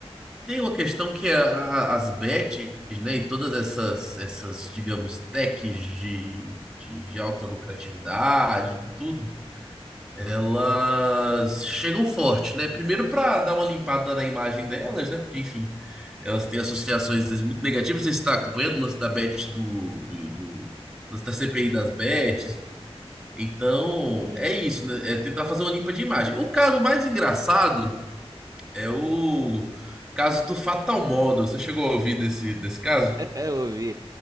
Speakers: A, in the centre; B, on the right.
A: Tem uma questão que a- a- as bets, né, e todas essas, essas, digamos, techs de, de, de alta lucratividade, tudo, elas chegam forte, né? Primeiro para dar uma limpada na imagem delas, né? Porque, enfim, elas têm associações às vezes, muito negativas. Você está acompanhando o lance da bet do, do, do o lance da CPI das bets. tudo. Então,
B: Sim.
A: é isso, né? É tentar fazer uma limpa de imagem. O caso mais engraçado é o caso do Fatal Model. Você chegou a ouvir desse, desse caso?
B: <laughs> Eu ouvi.